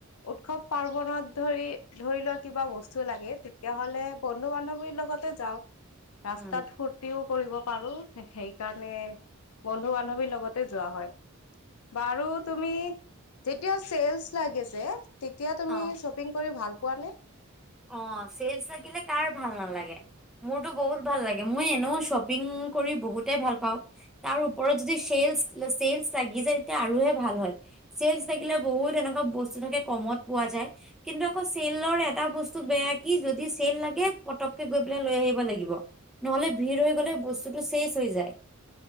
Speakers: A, on the left; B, in the centre.
A: উৎসৱ পাৰ্বনত ধৰি ধৰি লোৱা কিবা বস্তু লাগে তেতিয়াহলে বন্ধু বান্ধৱীৰ লগতে যাও ৰাস্তাত
B: উম,
A: ফূৰ্তিও কৰিব পাৰোঁ। সে সেই কাৰণে বন্ধু-বান্ধৱীৰ লগতে যোৱা হয়, বাৰু তুমি যেতিয়াও চেলচ লাগে যে তেত তেতিয়া তুমি
B: অ',
A: শ্বপিং কৰি ভাল পোৱা নে?
B: অ', চেলচ লাগিলে কাৰ ভাল নালাগে, মোৰতো বহুত ভাল লাগে, মই এনেও শ্বপিং কৰি বহুতে ভাল পাওঁ, তাৰ ওপৰত যদি চেলচ-ছেলচ লাগি যায় তেতিয়া আৰুহে ভাল হয়, চেলচ লাগিলে বহুত এনেকুৱা বস্তু থাকে কমত পোৱা যায় কিন্তু আকৌ চেলৰ এটা বস্ত বেয়া কি যদি চেল লাগে পটককে গৈ পেলাই লৈ আহিব লাগিব! নহলে ভিৰ হৈ গলে বস্তুটো শেষ হৈ যায়।